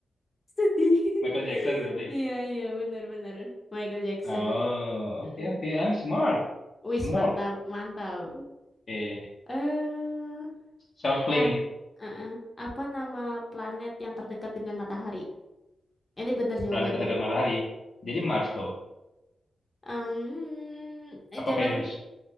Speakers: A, on the left; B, on the left.
A: Sedih.
B: Michael Jackson berarti.
A: Iya, iya, benar-benar. Michael Jackson.
B: Oh,
A: Mm-mm.
B: oke oke. I'm smart.
A: Wis
B: Smart.
A: mantap, mantap.
B: Eh,
A: Eh,
B: self-claim.
A: ah, eh, eh. Apa nama planet yang terdekat dengan matahari? Ini benar jawabannya.
B: Planet terdekat matahari. Jadi
A: Mm-mm.
B: Mars dong.
A: Em, eh,
B: Apa
A: jangan
B: Venus?